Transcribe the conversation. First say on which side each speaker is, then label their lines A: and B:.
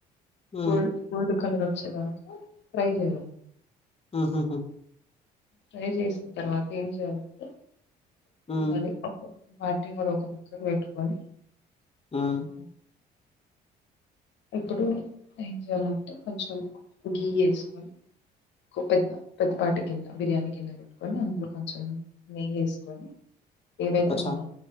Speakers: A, on the left; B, on the left.
A: హ్మ్.
B: గోల్డ్ గోల్డ్ కలర్ వచ్చేదాక ఫ్రై జేయాలి
A: మ్మ్ హు హు
B: ఫ్రై జేసిన తర్వాత ఏం చేయాలంటే
A: హ్మ్.
B: మళ్ళీ వాటిని మరొక పక్కకు పెట్టుకొని
A: మ్మ్
B: హ్మ్. ఇప్పుడు ఏం చెయాలంటే కొంచెం గీ ఎసుకొని పెద్ద పెద్ద పాటి గిన్నె బిర్యానీ గిన్నె పెట్టుకొని అందులో కొంచెం నెయ్యి ఎసుకొని ఏవైతే
A: అచ్చా!
B: మనం